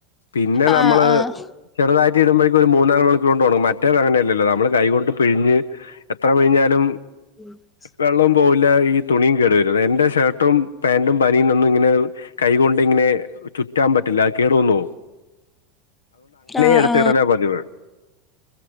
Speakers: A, on the left (about 70°); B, on the left (about 15°).
A: പിന്നെ
B: ആഹ്
A: നമ്മള്
B: ആഹ്
A: ചെറുതായിട്ട് ഇടുമ്പോഴ ക്ക് ഒരു മൂന്നാല് മണിക്കൂർ കൊണ്ടോണങ്ങും. മറ്റേത് അങ്ങനെയല്ലല്ലോ നമ്മള് കൈ കൊണ്ട് പിഴഞ്ഞ് എത്ര പിഴിഞ്ഞാലും,
B: <unintelligible>
A: വെള്ളം പോകില്ല ഈ തുണിയും കേടുവരുന്നു. എന്റെ ഷർട്ടും പാന്റും ബനിയൊന്നും ഇങ്ങനെ കൈകൊണ്ടിങ്ങനെ ചുറ്റാൻ പറ്റില്ല. കേടന്നോകും.
B: ആഹ
A: എടുത്തിടലാ
B: ആ.
A: പതിവ്